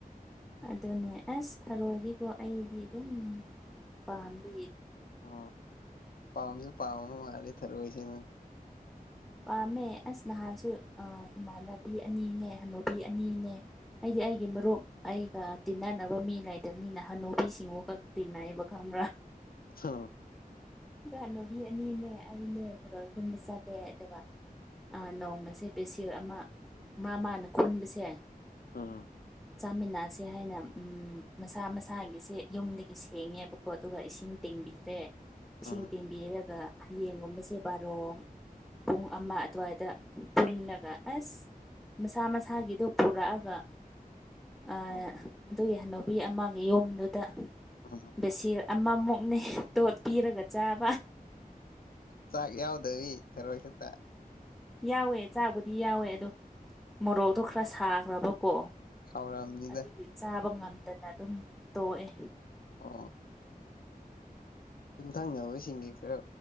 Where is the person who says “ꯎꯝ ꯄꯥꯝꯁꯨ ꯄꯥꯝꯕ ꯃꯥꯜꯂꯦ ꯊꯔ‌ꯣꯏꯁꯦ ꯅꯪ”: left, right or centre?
Left